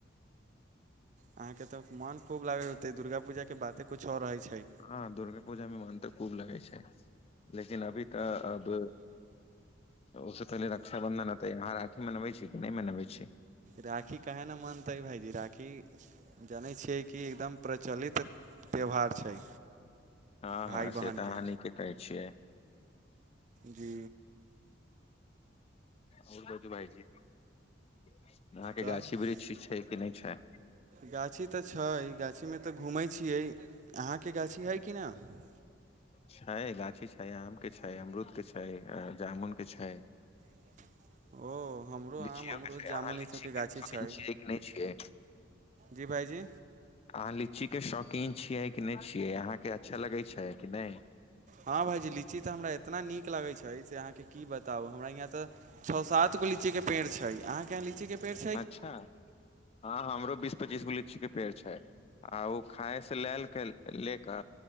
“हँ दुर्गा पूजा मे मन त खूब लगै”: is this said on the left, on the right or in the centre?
Left